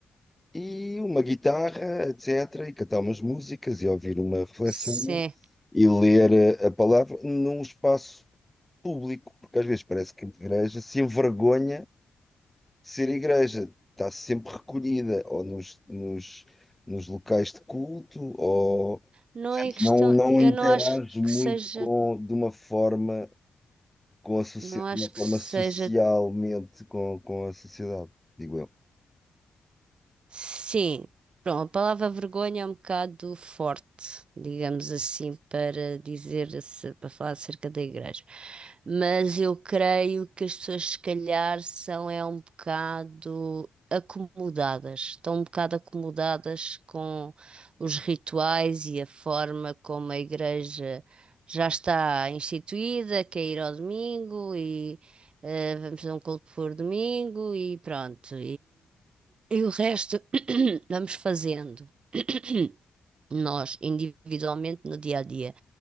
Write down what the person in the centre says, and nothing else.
e uma guitarra, etc. E cantar umas músicas e ouvir uma reflexão
e ler eh, a palavra num espaço público, porque às vezes parece que a igreja se envergonha ser igreja está sempre recolhida ou nos, nos, nos locais de culto ou
portanto,
não, não
interage
muito
com, de uma forma com a sociedade,
de uma forma
socialmente com, com a sociedade, digo eu.